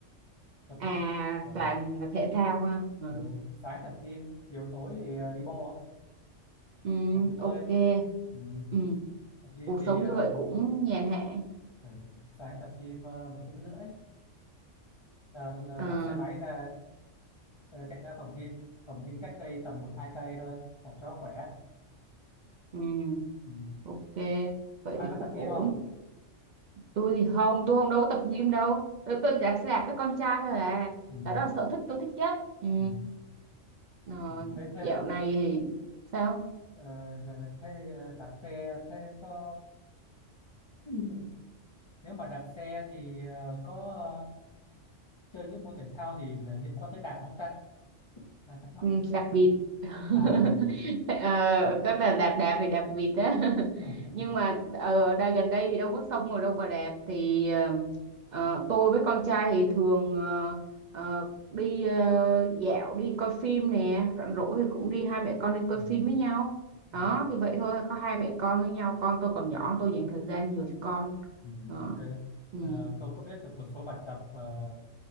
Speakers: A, on the left; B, on the right.
A: tập
B: à
A: gym ừ.
B: toàn là thể thao ha ừ.
A: Ừ. sáng tập gym chiều tối thì ờ, đi bộ
B: Ừ,
A: hoặc đi bơi
B: ok
A: ừ.
B: ừ.
A: tập gym
B: cuộc
A: thì
B: sống
A: ờ,
B: như vậy cũng nhàn hạ
A: ừ. sáng tập gym ờ, một tiếng rưỡi là, là
B: Ờ,
A: dắt xe máy ra ờ, chạy ra phòng gym phòng gym cách đây tầm một hai cây thôi tập cho khỏe
B: ừ.
A: ừ.
B: ok vậy
A: bà
B: thì
A: có
B: cũng
A: tập gym
B: ổn
A: không
B: tôi thì không tôi không đâu có tập gym đâu tôi, tôi chỉ đạp xe đạp với con trai thôi à
A: ừ.
B: Là đó là sở thích tôi thích nhất ừ.
A: Ừ.
B: Rồi,
A: Ừ. thế thế
B: dạo này thì sao
A: Ờ, giờ thế ờ, đạp xe thế có Ừ. nếu mà đạp xe thì ờ, có ờ, chơi những môn thể thao gì là liên quan tới đạp không ta? Đang thắc mắc.
B: Ừ, đạp vịt <laughs>
A: À là vì
B: ờ, có là đạp đạp thì đạp vịt á <laughs>
A: <laughs>
B: nhưng mà ờ, ở đây gần đây thì đâu có sông rồi đâu mà đạp thì ờ, ờ, tôi với con trai thì thường ờ, ờ, đi ờ, dạo đi coi phim nè rảnh rỗi thì cũng đi hai mẹ con đi coi
A: ừ, ừ,
B: phim với nhau đó
A: ừ,
B: thì vậy thôi có hai mẹ con với nhau con tôi còn nhỏ tôi dành thời gian nhiều cho con
A: ừ,
B: đó
A: ok.
B: ừ.
A: Ờ, tôi có biết được một số bài tập ờ,